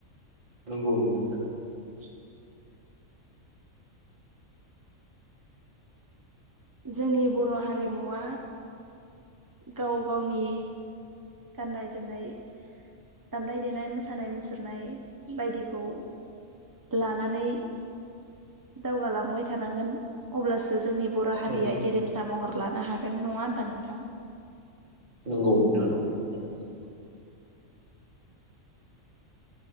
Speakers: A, on the right; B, on the right.
A: नंगौ नोंथां
B: <inaudible> जोंनि बर' हारिमुवा गाव गावनि गाननाय जोमनाय दामनाय देनाय मोसानाय मुसुरनाय बायदिखौ लानानै दावगालांबाय थानांगोन अब्लासो जोंनि बर' हारिया
A: औ
B: गेरेमसा महर लानो हागोन नङा होनबा नोंथां?
A: नंगौ नोंथां नांगौ थारैनो